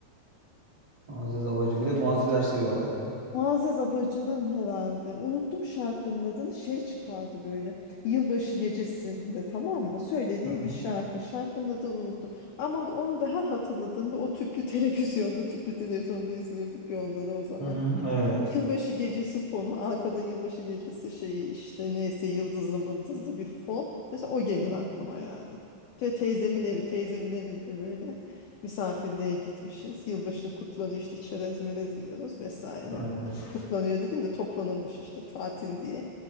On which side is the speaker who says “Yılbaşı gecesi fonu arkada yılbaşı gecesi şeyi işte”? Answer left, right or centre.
Left